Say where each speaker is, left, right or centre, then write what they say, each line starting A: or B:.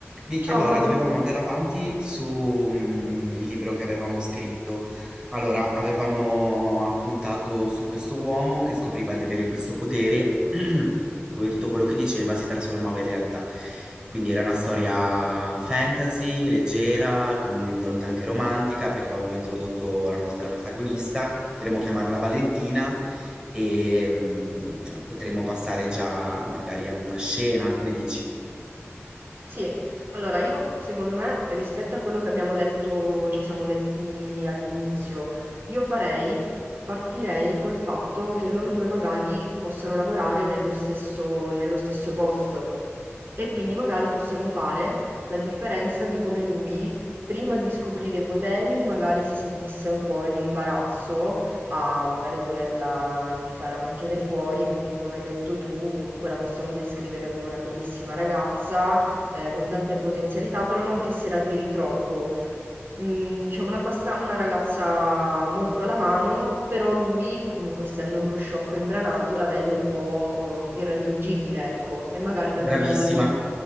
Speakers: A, on the right (about 20°); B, on the right (about 50°).
A: Vicky,
B: Ciao
A: allora
B: Manu.
A: dovevamo andare avanti su mm, il libro che avevamo scritto. Allora, avevamo appuntato su questo uomo che scopriva di avere questo potere, <clears throat> dove tutto quello che diceva si trasformava in realtà. Quindi era una storia fantasy, leggera, con un'impronta anche romantica, perché avevamo introdotto la nostra protagonista. Potremmo chiamarla Valentina e mm, potremmo passare già magari a una scena, che ne dici?
B: Sì, allora io secondo me rispetto a quello che abbiamo detto, ci siamo detti all'inizio, io farei, partirei col fatto che loro due magari possano lavorare nello stesso, nello stesso posto e quindi magari possiamo fare la differenza di come lui prima di scoprire i poteri magari si sentisse un po' in imbarazzo a magari volerla invitare a mangiare fuori perché come hai detto tu comunque la possiamo descrivere come una bellissima ragazza eh, con tante potenzialità, però non che se la tiri troppo mhmm, diciamo una abbasta una ragazza molto alla mano, però lui, comunque essendo un po' sciocco e imbranato, la vede un po', uhm, irraggiungibile, ecco. E magari dal
A: Bravissima.
B: dal mo